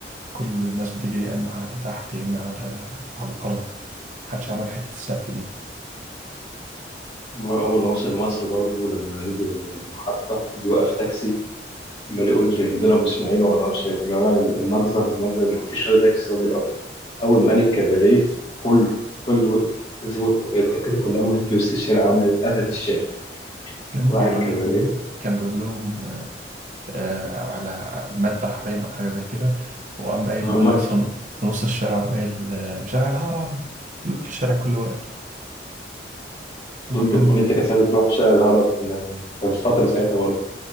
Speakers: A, on the right; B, on the left.
A: كل الناس بتيجي يا إما قاعدة تحت يا إما قاعدة على الأرض محدش عمل حتة السقف دي
B: ما هو أول ما وصل مصر برضه لما نزل من المحطة وبيوقف تاكسي عمال يقول لي ضربوا اسماعيل وما اعرفش إيه. اللي هو المجزر المجزر ما فيش حد يكسر راضي يقف اول ما قال الكباريه كله كله وقف كله وقف التكاتك كلها وقفت في وسط الشارع عملت قفلت الشارع
A: كان
B: وراح
A: بيقول
B: الكباريه
A: لهم كان بيقول لهم آه على المذبح باين أو حاجة زي كده وقام قايل
B: آه،
A: قام
B: المجزر
A: واقف في في نص الشارع قام قايل آه، شارع الهرم الشارع كله واقف
B: كله
A: وكان
B: كل التكاسات بتروح في شارع الهرب ده كان فترة ساعتها برضه